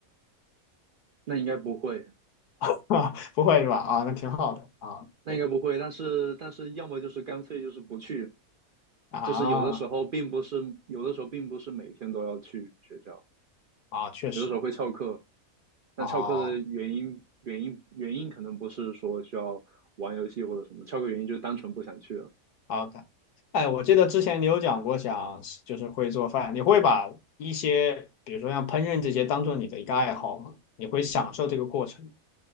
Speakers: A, on the right; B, on the left.
A: 那应该不会，
B: <laughs> 啊，不会是吧？啊，那挺好的啊，
A: 那应该不会，
B: 对
A: 但是但是要么就是干脆就是不去，
B: 啊
A: 就是有的时候并不是有的时候并不是每天都要去学校，
B: 啊，确实。
A: 有的时候会翘课。但翘课的原因原因原因可能不是说需要玩游戏或者什么，
B: 哦
A: 翘课原因就是单纯不想去了。
B: ，OK，哎，我记得之前你有讲过想就是会做饭，你会把一些比如说像烹饪这些当做你的一个爱好吗？你会享受这个过程？